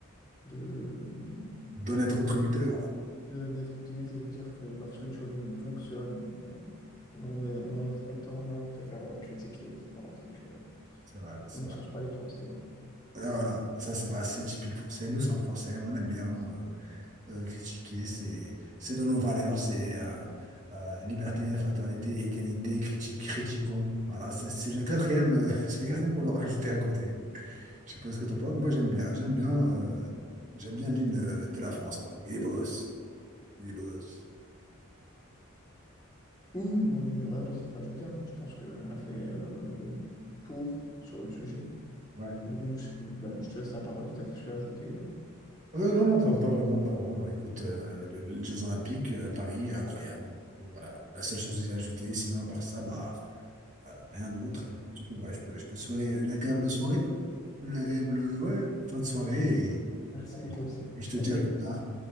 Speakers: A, on the left; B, on the right.
A: de,
B: D'en être contributeur,
A: de- d'être optimiste et de dire que lorsqu'une chose fonctionne, euh, eh ben, on doit, on doit en être content, non, on préfère euh, critiquer. Voilà, donc euh,
B: c'est vrai, c'est
A: on ne
B: vrai.
A: change pas les Français, quoi.
B: Ah, Voilà, ça c'est pas assez typique français. Nous, c'est en français, on aime bien euh, euh, critiquer, c'est c'est dans nos valeurs, c'est euh, euh, liberté, fraternité, égalité, criti- critiquons. Voilà, c'est c'est le quatrième, euh, <laughs> c'est le quatrième
A: <laughs>
B: qu'on va rajouter à côté. Je sais pas ce que t'en penses, mais moi j'aime bien. J'aime bien, euh, j'aime bien l'hymne euh, de la France, quoi. Il est beau gosse. Il est beau gosse.
A: Oui, moi, j'ai rien d'autre à rajouter. hein. Je pense qu'on a fait euh, le tour sur le sujet.
B: Ouais.
A: Donc, je, bah, je te laisse la parole si tu as quelque chose à ajouter.
B: Euh, non, non, pas, pas vraiment, pas vraiment. Alors, écoute, euh, les, les Jeux Olympiques euh, à Paris, incroyable. Donc, Voilà, la seule chose à ajouter, sinon à part ça, bah, euh, rien d'autre. Du coup, bah, je peux, je peux te souhaiter une agréable soirée, une agréable, ouais, fin de soirée, et
A: Merci, et toi aussi.
B: et je te
A: Bah,
B: dis
A: salut.
B: à plus tard.